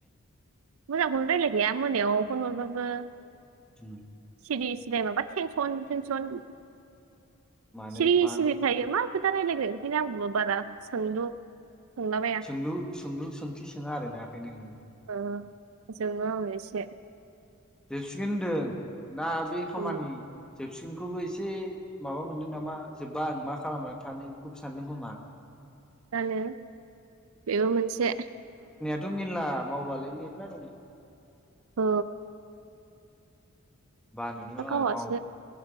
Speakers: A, on the right; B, in the centre.
A: मोजांखौनो रायलायखाया मोनायाव फनहरबाबो
B: उम
A: सिरि सिरि माबा थेंसन थेंसन
B: मानो
A: सिरि
B: मानो
A: सिरि थायो मा खोथा रायलायगोन ओंखायनो आंबो बारा सोंलु सोंलाबाया
B: सोंलु सोंलु सोंथि सोङा आरो ना ओखायनो नोङो
A: ओ जोंङो आं एसे
B: जोबसिगोन होनदों दा बे खामानि
A: उम
B: जो जोबसिनखौबो एसे माबा मोनदों नामा जोब्बा आं मा खालामनानै थानो बेखौबो सानदों खोमा
A: जानो बेबो मोनसे
B: थ' मेरला मावबालाय मेरला दं
A: औ
B: बानोल नाङा
A: गावासो
B: आरो माव